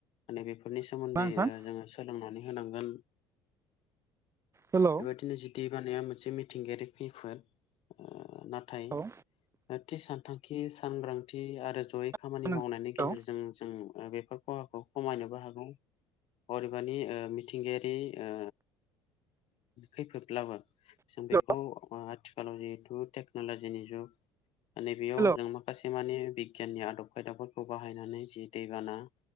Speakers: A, on the left (about 60°); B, on the right (about 25°).
A: माने बेफोरनि सोमोन्दै
B: नोंथां
A: ओ जोङो सोलोंनानै होनांगोन।
B: हेलौ
A: बेबायदिनो जि दै बानाया मोनसे मिथिंगायारि खैफोद। ओ नाथाय
B: औ
A: थि सानथांखि सांग्रांथि आरो जयै खामानि
B: हेलौ
A: मावनायनि गेजेरजों जों बेफोर खहाखौ खमायनोबो हागौ अरिबानि मिथिंगायारि ओ खैफोदब्लाबो जों
B: हेल'
A: बेखौ आथिखालाव जिहेथु टेक्न'लजिनि जुग। नैबेयाव
B: हेल'
A: जों माखासे मानि बिगियाननि आदब खायदाफोरखौ बाहायनानै जि दैबाना